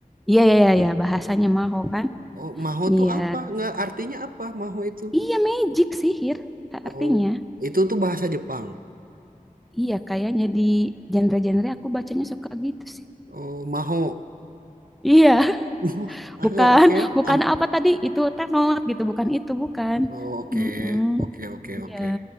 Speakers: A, in the centre; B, on the right.
A: iya iya iya iya, bahasanya
B: Oh,
A: maho kan
B: oh maho
A: iya
B: tuh apa? Nggak artinya apa maho itu?
A: Iya magic sihir a-
B: Oh
A: artinya.
B: itu tuh bahasa Jepang.
A: Iya kayaknya di genre-genre aku bacanya suka gitu sih.
B: Oh maho.
A: Iya,
B: <laughs>
A: <laughs>
B: Uh,
A: bukan
B: ah, oke.
A: bukan
B: Am-
A: apa tadi itu tenor gitu, bukan itu bukan.
B: oh, oke,
A: Mm-mm.
B: oke, oke,
A: Iya,
B: oke.